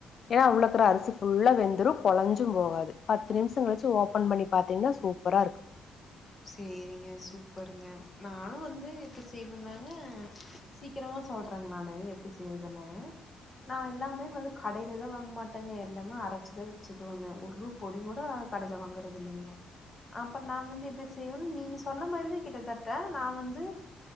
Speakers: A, on the left; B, on the left.
A: ஏன்னா உள்ளக்கிற அரிசி ஃபுல்லா வெந்தரு கொழஞ்சு போகாது பத்து நிம்ஷ கழிச்சு ஓபன் பண்ணி பாத்தீங்கன்னா சூப்பரா இருக்கு
B: சேரிங்க சூப்பருங்க நானு வந்து எப்டி செய்வண்ணாங்க சீக்கிரமா சொல்றேங்க நானு எப்டி செய்யறதுன்னு நா எல்லாமே வந்து கடையில எல்லா வாங்க மாட்டேங்க எல்லாமே அரச்சிதா வச்சுக்குவங்க ஒரு பொடி கூட ஆ கடைல வாங்கறது இல்லைங்க அப்றோ நா வந்து எப்டி செய்வன் நீங்க சொன்ன மாரிதா கிட்டத்தட்ட நா வந்து